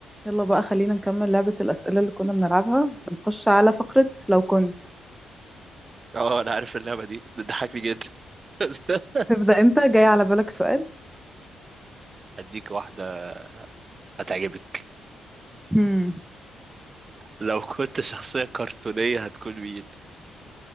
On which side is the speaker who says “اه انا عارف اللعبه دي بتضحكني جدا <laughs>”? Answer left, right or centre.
Right